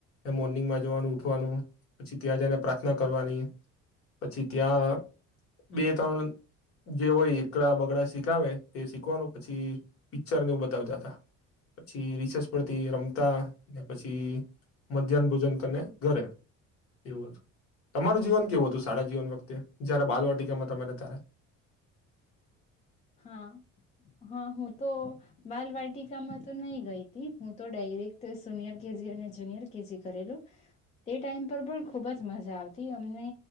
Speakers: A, on the left; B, on the left.
A: મોર્નિંગમાં જવાનું ઉઠવાનું પછી ત્યાં જઈને પ્રાર્થના કરવાની પછી ત્યાં બે ત્રણ જે હોય એકળા બગડા શીખાવે તે શીખવાનું પછી પિક્ચરને એવું બતાવતા હતા પછી રીસેસ પરથી રમતા ને પછી મધ્યાહન ભોજન કરીને ઘરે એવું હતું તમારું જીવન કેવું હતું સારા જીવન વખતે જયારે બાલવાટિકામાં તમારે તારે
B: હા હા હું તો બાલવાટિકામાં તો નહી ગઈ હતી હું તો ડાયરેક્ટ સનિયર કેજી અને જુનિયર કેજી કરેલું તે ટાઈમ પર પણ ખુબ જ મજા આવતી અમને